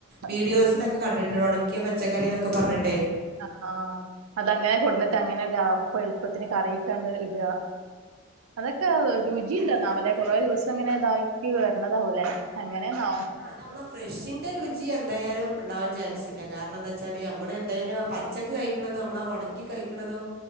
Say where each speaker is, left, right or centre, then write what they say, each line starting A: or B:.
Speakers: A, on the right; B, on the right.
A: വീഡിയോസിലൊക്കെ
B: ഉണ്ട്
A: കണ്ടിട്ടുണ്ട് ഒണക്കിയ പച്ചക്കറി എന്നൊക്കെ പറഞ്ഞിട്ടെ
B: ആഹ് ആഹ് അതങ്ങനെ കൊടുന്നിട്ട് അങ്ങനെണ്ട് ആഹ് അപ്പ എളുപ്പത്തിന് കറിയിക്കങ്ങട് ഇടുക അതൊക്കെ
A: ആ ആ
B: രുചിണ്ടാന്നാവുല്ലെ
A: അത് നല്ലോണം കഴുകിയിട്ട്
B: കൊറെ ദിവസം ഇങ്ങനെ ഇതാക്കി വരണതാവൂലെ അങ്ങനെന്നൊ
A: നമ്മള ഫ്രഷിന്റെ രുചി എന്തായാലും ഉണ്ടാവാൻ ചാൻസ് ഇല്ല കാരണം എന്താ ച്ചാല് അമ്മള് എന്തായാലും പച്ചക്ക് കഴിക്കണതും അമ്മള് ആ ഒണക്കി കഴിക്കണതും